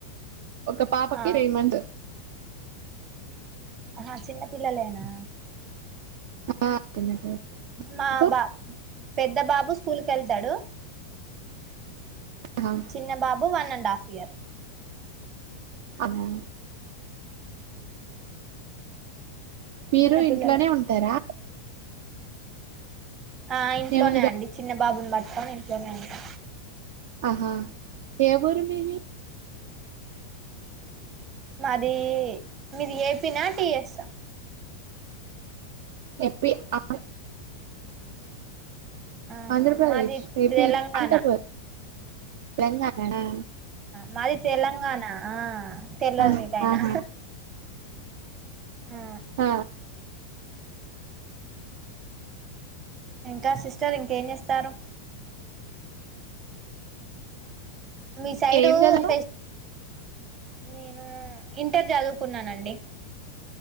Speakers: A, on the right; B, on the right.
A: ఒక పాపకి
B: ఆ
A: త్రీ మంత్స్.
B: ఆహా చిన్న పిల్లలేేనా.
A: ఆ, చిన్న పిల్ల.
B: మా
A: మీకు?
B: బా పెద్ద బాబు స్కూల్కేళ్తాడు.
A: హా
B: చిన్న బాబు వన్ అండ్ హాఫ్ ఇయర్.
A: ఆహా మీరు
B: చిన్న
A: ఇంట్లోనే
B: పిల్లలే
A: ఉంటారా.
B: ఆ ఇంట్లోనే
A: ఏమన్నా జ
B: అండి చిన్న బాబుని బట్కొని ఇంట్లోనే ఉంటా.
A: ఆహా ఏ ఊరు మీది.
B: మాదీ మీది ఏ పీ నా, టి ఎస్ ఆ
A: ఏ పీ, ఆ
B: ఆహా
A: ఆంధ్రప్రదేశ్
B: మాది
A: ఏ
B: తెలంగాణ
A: పీ, అంట పర్ తెలంగానేనా
B: మాది తెలంగాణ ఆ తెల్వదు
A: ఆ
B: మీకైనా
A: ఆహా,
B: ఆ
A: ఆ
B: ఇంకా సిస్టర్ ఇంకేన్జెస్తారూ మీ సైడూ
A: ఏం చదివావ్
B: ఫెస్ నేను ఇంటర్ జదుకున్నానండి.